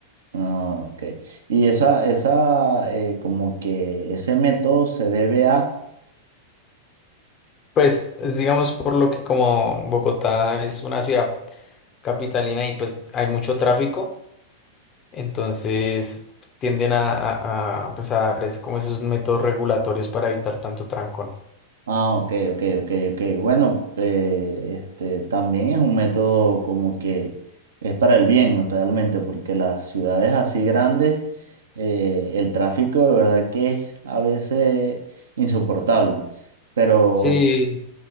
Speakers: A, on the right; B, on the left.
A: Ah, ok. Y esa, esa, eh, como que ese método se debe a.
B: Pues es, digamos por lo que como Bogotá es una ciudad capitalina y pues hay mucho tráfico, entonces tienden a, a, a, pues, a dar es como esos métodos regulatorios para evitar tanto trancón.
A: Ah, ok, ok, ok, ok. Bueno, eh, este también es un método como que es para el bien realmente, porque las ciudades así grandes, eh, el tráfico de verdad que es a veces insoportable. Pero,
B: Sí,